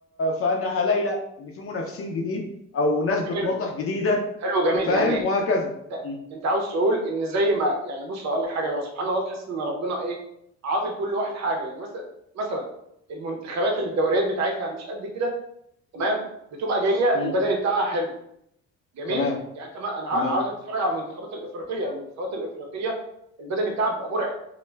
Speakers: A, on the left; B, on the right.
A: فانا هلاقي لا ان في منافسين جديد او ناس بتناطح
B: حلو
A: جديده
B: حلو جميل
A: فاهم
B: يعني
A: وهكذا م.
B: انت عاوز تقول ان زي ما يعني بص هقول لك حاجه هو سبحان الله تحس ان ربنا ايه عاطي لكل واحد حاجه يعني مثلا مثلا المنتخبات اللي الدوريات بتاعتها مش قد كده تمام بتبقى جايه
A: م.
B: البدني بتاعها حلو جميل
A: تمام
B: يعني انت ما انا عا-
A: تمام
B: عاوزك تتفرج على المنتخبات الافريقيه المنتخبات الافريقيه البدني بتاعها بيبقى مرعب